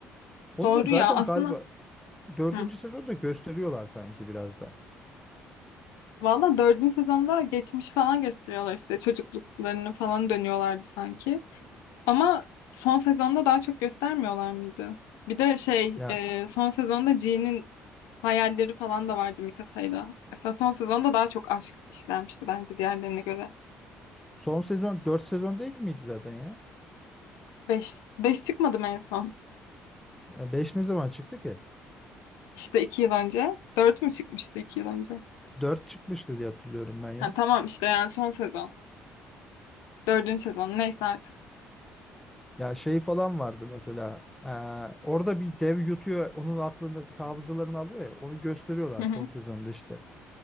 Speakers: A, in the centre; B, on the left.
A: Onu
B: Doğru
A: da zaten
B: ya. Aslında
A: galiba dördüncü
B: hı.
A: sezonda gösteriyorlar sanki biraz da.
B: Valla dördüncü sezonda geçmiş falan gösteriyorlar işte. Çocukluklarını falan dönüyorlardı sanki. Ama son sezonda daha çok göstermiyorlar mıydı? Bir de şey
A: Ya
B: e, son sezonda G'nin hayalleri falan da vardı Mikasa'yla. Mesela son sezonda daha çok aşk işlenmişti bence diğerlerine göre.
A: son sezon dört sezon değil miydi zaten ya?
B: Beş, beş çıkmadım en son.
A: E, Beş ne zaman çıktı ki?
B: İşte iki yıl önce. Dört mü çıkmıştı iki yıl önce?
A: Dört çıkmıştı diye hatırlıyorum ben ya.
B: Ha, tamam işte yani son sezon. Dördüncü sezon neyse artık.
A: Ya şey falan vardı mesela. e, orada bir dev yutuyor, onun aklındaki hafızalarını alıyor ya. Onu gösteriyorlar
B: Hı
A: son
B: hı.
A: sezonda işte.